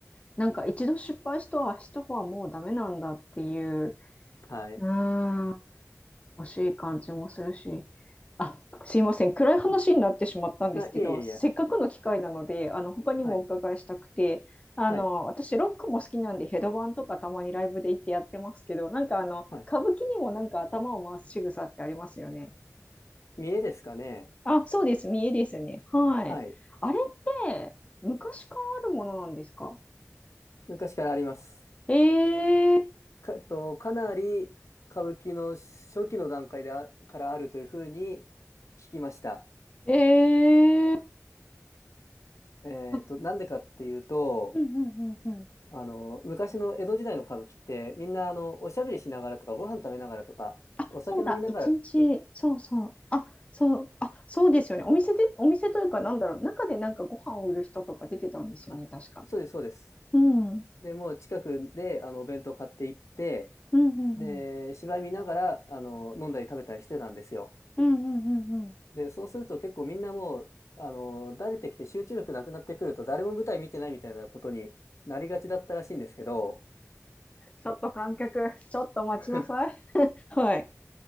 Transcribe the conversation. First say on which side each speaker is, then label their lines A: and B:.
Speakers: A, on the left (about 25°); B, on the left (about 70°).
A: なんか一度失敗した人は、もうダメなんだっていう、
B: はい。
A: うーん、惜しい感じもするし、あ、すいません、暗い話になってしまったんですけど、
B: はいあ、いえいえいえ、
A: せっかくの機会なので、あの他にもお伺いしたくて、
B: はい、
A: あの私、
B: はい、
A: ロックも好きなんで、ヘドバンとかたまにライブで行ってやってますけど、なんかあの歌舞伎にもなんか頭を回す仕草ってありますよね。
B: はい。見栄ですかね
A: あ、そうです、見えですね。はい。
B: はい。
A: あれって昔からあるものなんですか
B: 昔からあります。
A: えー、
B: か、えっと、かなり歌舞伎の初期の段階であ、からあるというふうに聞きました。
A: えー、
B: えっと、
A: そ
B: なんでかっていうと、
A: うんうんうんうん。
B: あの、昔の江戸時代の歌舞伎って、みんな、あの、おしゃべりしながらとか、ご飯食べながらとか、
A: あ、
B: お酒飲みながらって、
A: そうだ、一日、そうそう、あ、そう、あ、そうですよね。お店で、お店というか、なんだろう、中でなんかご飯を売る人とか出てたんですよね、
B: あ、
A: 確か。
B: そうです、そうです。
A: うん、うん、
B: で、もう近くで、あの、お弁当買って行って、
A: うん、うん、
B: で、芝居見ながら、あの、飲んだり食べたりしてたんですよ。
A: うん、うんうんうん。
B: で、そうすると結構みんなもう、あの、慣れてきて集中力なくなってくると、誰も舞台見てないみたいなことになりがちだったらしいんですけど、
A: ちょっと観客、ちょっと待ちなさい。
B: <laughs>
A: はい。